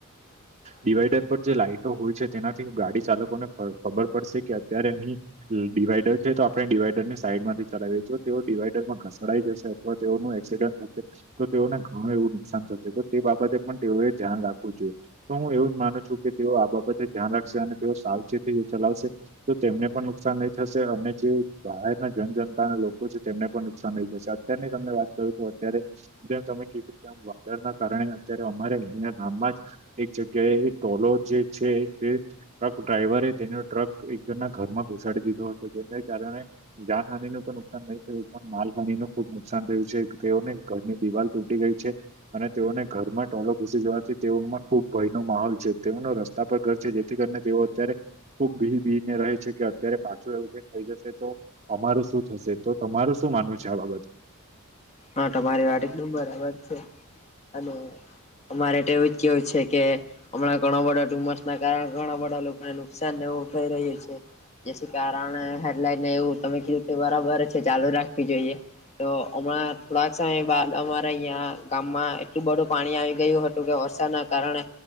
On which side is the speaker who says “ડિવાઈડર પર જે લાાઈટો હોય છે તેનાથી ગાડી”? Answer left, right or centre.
Right